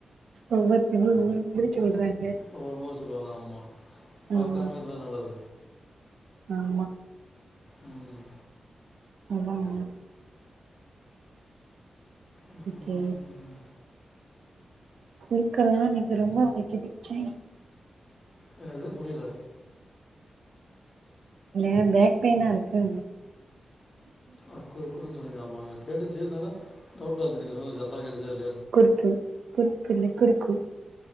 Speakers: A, on the right (about 85°); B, on the left (about 40°).
A: ஒவ்வொருத்தங்களு ஒவ்வொரு மாரி சொல்றாங்
B: ஒவ்வொரு மாரி சொல்லுவாங்க ஆம்மா பாக்காமேயே
A: ஆமா
B: இருந்தா நல்லது
A: ஆமா
B: ம்
A: <unintelligible>
B: ம்
A: ஓகே குருக்கல்லா எனக்கு ரொம்ப வலிக்குது ச்சி
B: என்னது புரில
A: இல்ல பேக் பெயின்னா இருக்குங்ற
B: அக்குரு குருன் சொன்னிங்க ஆமாங்க கேட்டுச்சு இருந்தாலு டவுட்டா இருந்துச்சு நீங்க சொன்னது கரட்டா கேட்டுச்சா இல்
A: குர்த்து குர்த்தில்லை குறுக்கு